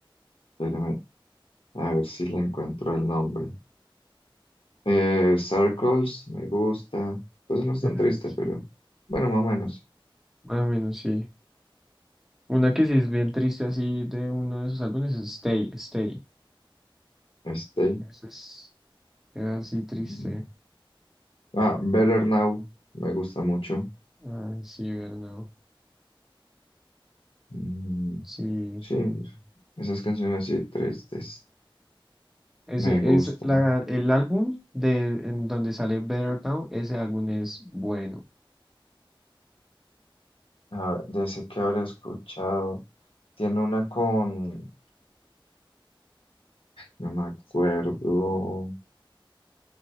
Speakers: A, on the left; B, in the centre.
A: Espérame, a ver si le encuentro el nombre. Eh, Circles, me gusta. Pues no es tan
B: Ah,
A: triste,
B: sí,
A: pero bueno, más o menos.
B: Más o menos sí. Una que sí es bien triste así de uno de sus álbumes es Stay, Stay.
A: Stay.
B: Ese es así triste.
A: mm, Ah, Better Now, me gusta mucho.
B: Ah, sí, verdad.
A: Mm,
B: Sí.
A: sí, esas canciones así tristes,
B: Ese
A: me
B: es
A: gustan.
B: la, el álbum de en donde sale Better Now, ese álbum es bueno.
A: A ver, de ese que habré escuchado. Tiene una con... No me acuerdo.